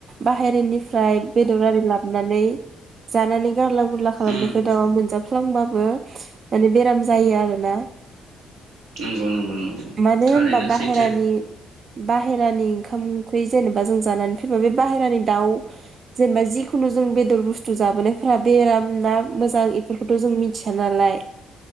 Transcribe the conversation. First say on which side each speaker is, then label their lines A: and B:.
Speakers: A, on the right; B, on the right.
A: बाहेरनिफ्राय बेदर आरि लाबनानै जानानै गारला गुरला
B: उम
A: खालामनायखौ दाउआ मोनजाफ्लांबाबो माने बेराम जायो आरोना।
B: नंगौ नंगौ नंगौ
A: मानो
B: थारैनो
A: होनबा बाहेरानि
B: सैथो
A: बाहेरानि ओंखाम ओंख्रि जेनेबा जों जानानै फैबा बे बाहेरानि दाउ जेनेबा जिखुनु जों बेदर बुस्थु जाबोनायफोरा बेराम ना मोजां इफोरखौथ' जों मिथिया नालाय।